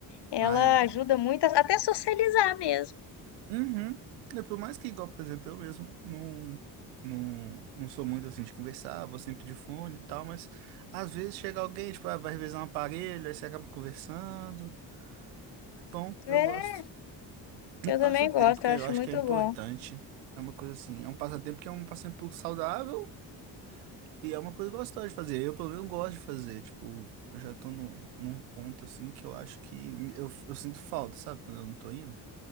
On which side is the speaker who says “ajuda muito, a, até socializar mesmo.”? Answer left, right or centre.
Left